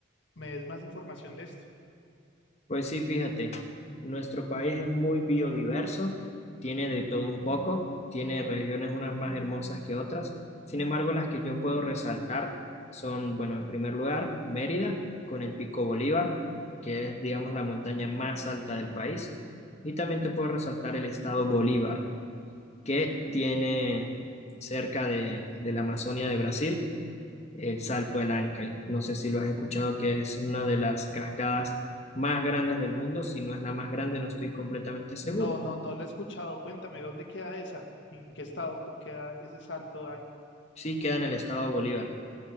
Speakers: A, on the left; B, on the left.
A: me des más información de esto.
B: Pues sí, fíjate, nuestro país es muy biodiverso, tiene de todo un poco, tiene regiones unas más hermosas que otras. Sin embargo, las que yo puedo resaltar son, bueno, en primer lugar, Mérida, con el Pico Bolívar, que es, digamos, la montaña más alta del país. Y también te puedo resaltar el estado Bolívar, que tiene cerca de, de la Amazonia de Brasil el Salto del Ángel. No sé si lo has escuchado, que es una de las cascadas más grandes del mundo. Si no es la más grande, no estoy completamente seguro.
A: No, no, no la he escuchado. Cuéntame, ¿dónde queda esa? ¿Y ¿En qué estado cu- queda ese Salto Ángel?
B: Sí queda en el estado de Bolívar,